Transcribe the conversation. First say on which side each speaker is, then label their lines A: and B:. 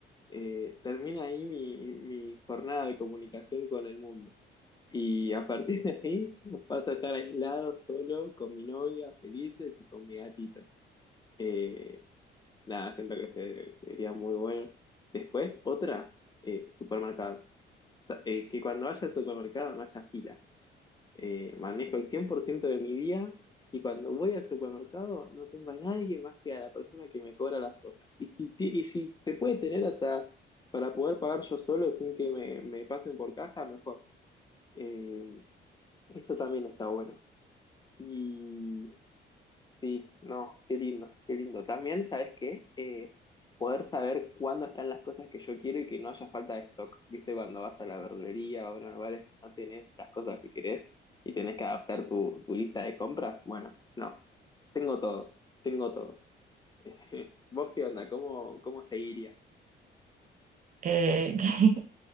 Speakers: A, on the left (about 20°); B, on the right (about 40°).
A: eh, termina ahí mi, mi jornada de comunicación con el mundo. Y a partir de ahí <laughs> vas a estar aislado, solo, con mi novia, felices y con mi gatita. Eh, nada, siento que se- sería muy bueno. Después, otra, eh, supermercado. O sea, eh, que cuando vaya al supermercado no haya fila. Eh, manejo el 100% de mi día y cuando voy al supermercado no tengo a nadie más que a la persona que me cobra las cosas. Y si, ti- y si se puede tener hasta para poder pagar yo solo sin que me, me pasen por caja, mejor. Eh, eso también está bueno. Y Sí, no, qué lindo, qué lindo. También, ¿sabes qué? Eh, poder saber cuándo están las cosas que yo quiero y que no haya falta de stock. ¿Viste? Cuando vas a la verdulería o a lugares que no tenés las cosas que querés y tenés que adaptar tu, tu lista de compras. Bueno, no, tengo todo, tengo todo. <laughs> ¿Vos qué onda? ¿Cómo, cómo seguiría?
B: Eh, <laughs> que-